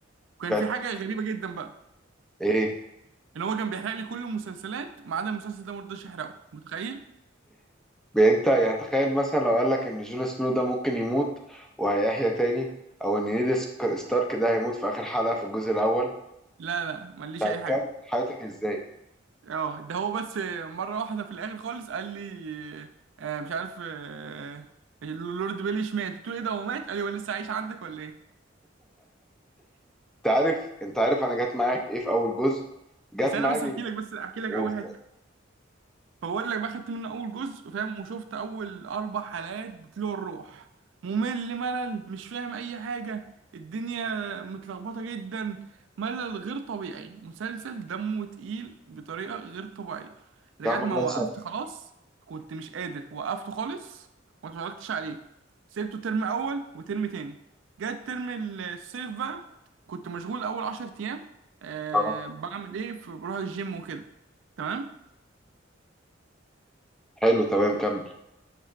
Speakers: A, on the right (about 75°); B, in the centre.
A: وكان
B: كانت
A: في حاجه غريبه جدا بقى
B: ايه
A: ان هو كان بيحرق لي كل المسلسلات ما عدا المسلسل ده ما رضاش يحرقه متخيل
B: يعني انت يعني تخيل مثلا لو قال لك ان جون سنو ده ممكن يموت وهيحيا تاني او ان نيد سك- ستارك ده هيموت في اخر حلقة في الجزء الاول
A: لا لا ماليش
B: تكمل
A: اي حاجه
B: حياتك ازاي
A: اه ده هو بس مرة واحدة في الآخر خالص قال لي آه مش عارف آه اللورد بيليش مات قلت له ايه ده هو مات قال لي هو لسه عايش عندك ولا ايه
B: انت عارف انت عارف انا جت معايا في ايه في اول جزء جت
A: بس انا
B: معايا
A: بس احكي لك بس احكي لك
B: قلت
A: اول حتة فبقول لك بقى خدت منه اول جزء فاهم وشفت اول اربع حلقات بتلوع الروح ممل ملل مش فاهم اي حاجه الدنيا متلخبطه جدا ملل غير طبيعي مسلسل دمه تقيل بطريقه غير طبيعيه لغايه
B: يا عم
A: ما
B: الله
A: وقفت
B: يسامحك
A: خلاص كنت مش قادر وقفته خالص وما اتفرجتش عليه سيبته ترم اول وترم تاني جت ترم الصيف بقى كنت مشغول اول عشر ايام أه
B: اه،
A: بعمل ايه في بروح الجيم وكده تمام
B: حلو تمام كمل